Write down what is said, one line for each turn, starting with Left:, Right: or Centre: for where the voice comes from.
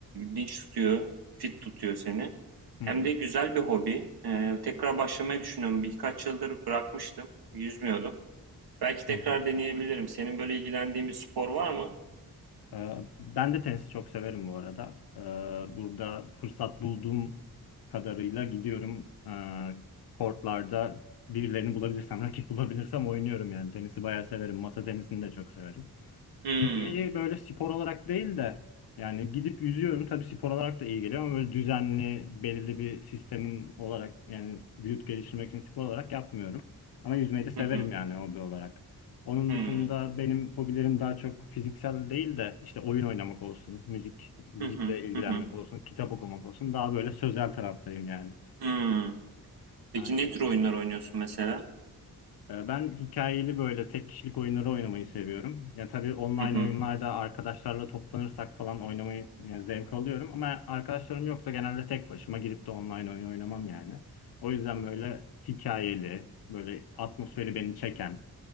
Right: dinç tutuyor, fit tutuyor seni. Hem
Left: Hı hı.
Right: de güzel bir hobi. Ee, tekrar başlamayı düşünüyorum. Birkaç yıldır bırakmıştım. Yüzmüyordum. Belki tekrar
Left: Hı hı.
Right: deneyebilirim. Senin böyle ilgilendiğin bir spor var mı?
Left: Ee, Ben de tenisi çok severim bu arada. Ee, Burada fırsat bulduğum kadarıyla gidiyorum. Ee, Kortlarda birilerini bulabilirsem, rakip bulabilirsem oynuyorum yani. Tenisi bayağı severim. Masa tenisini de çok severim.
Right: Hmm.
Left: Yüzmeyi böyle spor olarak değil de yani gidip yüzüyorum tabii spor olarak da iyi geliyor ama böyle düzenli belirli bir sistemin olarak yani vücut geliştirmek için spor olarak yapmıyorum. Ama yüzmeyi de severim
Right: Hı hı.
Left: yani hobi olarak. Onun
Right: Hmm.
Left: dışında benim hobilerim daha çok fiziksel değil de işte oyun oynamak olsun, müzik müzikle
Right: Hı hı.
Left: ilgilenmek
Right: Hı hı.
Left: olsun, kitap okumak olsun. Daha böyle sözel taraftayım yani.
Right: Hımm. Peki
Left: Aynen.
Right: ne tür oyunlar oynuyorsun mesela?
Left: Ee, Ben hikayeli böyle tek kişilik oyunları oynamayı seviyorum. Ya tabii online
Right: Hı hı.
Left: oyunlarda arkadaşlarla toplanırsak falan oynamayı yani zevk alıyorum ama arkadaşlarım yoksa genelde tek başıma girip de online oyun oynamam yani. O yüzden böyle hikayeli, böyle atmosferi beni çeken,